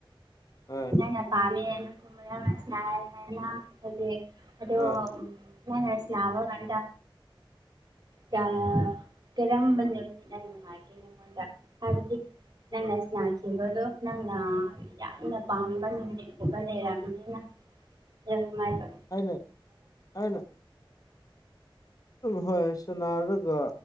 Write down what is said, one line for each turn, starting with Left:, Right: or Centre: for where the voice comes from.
Left: ꯍꯣꯏ
Right: ꯅꯪꯅ ꯄꯥꯝꯃꯦꯅ ꯅꯪꯅ ꯁꯥꯟꯅꯩ ꯍꯥꯏꯅ ꯍꯧꯖꯤꯛ ꯑꯗꯣꯟ
Left: ꯍꯣꯏ
Right: ꯅꯪꯅ ꯁꯥꯟꯀꯥꯟꯗ ꯀ ꯀꯔꯝꯕ ꯅꯨꯃꯤꯠꯅ ꯅꯨꯡꯉꯥꯏꯒꯦ ꯅꯉꯣꯟꯗ ꯍꯥꯏꯕꯗꯤ ꯅꯪꯅ ꯁꯥꯅꯈꯤꯕꯗꯣ ꯅꯪꯅ ꯌꯥꯝꯅ ꯄꯥꯝꯕ ꯅꯨꯃꯤꯠꯒꯨꯝꯕ ꯂꯩꯔꯝꯅꯤꯅ ꯑꯗꯨꯝꯃꯥꯏꯕ
Left: ꯑꯩꯅ ꯑꯩꯅ ꯍꯣꯏ ꯁꯅꯥꯔꯒ